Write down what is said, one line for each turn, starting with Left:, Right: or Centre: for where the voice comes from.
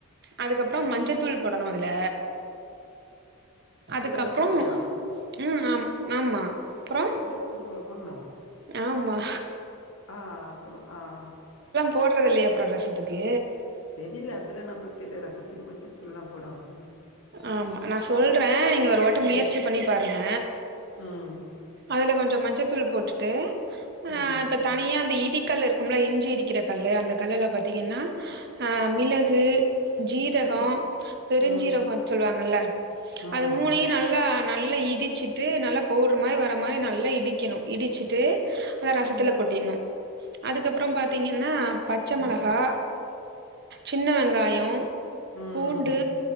Right: அதுக்கப்பறம் மஞ்சத்தூள் போடணும் அதுல அதுக்கப்பறம்
Left: ரசத்துலயா
Right: ம் ஆம் ஆமா அப்புறோ
Left: மஞ்சாத்தூள் குடவா போடணும்
Right: ஆமா
Left: ஆஹ் அப்புறம் ஆஹ்
Right: போடுறதுல்லயா அப்பறம் ரசத்துக்கு
Left: தெரியல அதுலாம் நம்பமளுக்கு தெரிய ரசத்துக்கு மஞ்தூள்ளாம் போடுவாங்களனு
Right: ஆமா நான் சொல்றேன் அ நீங்க ஒரு வாட்ட முயற்சி
Left: ம்
Right: பண்ணி பாருங்க
Left: ம்
Right: இதுல கொஞ்சோ மஞ்சத்தூள் போட்டுட்டு கொ
Left: ம்
Right: ஆஹ் இப்ப தனியா இடி கல் இருக்கும்ல இஞ்சி இடிக்கிற கல்லு அந்த கல்லுல பாார்த்தீங்கன்னா அஹ் மிளகு ஜீரகம்
Left: ம்
Right: பெருஞ்சீரகம்
Left: ம்
Right: அ ங்கல்ல
Left: ஆமாமா
Right: அது மூணையும் நல்லா நல்லா இடிச்சுட்டு நல்ல நல்லா பவுடுர் மாரி வர மாரி நல்லா இடிக்கணு இடிச்சிட்டு அத ரசத்துல
Left: ம்
Right: கொட்டிர்ண்ணு அதுக்கப்புறோ பாத்தீங்ன்னா பச்சை மொளகா சின்ன வெங்காயே
Left: ம்
Right: பூண்டு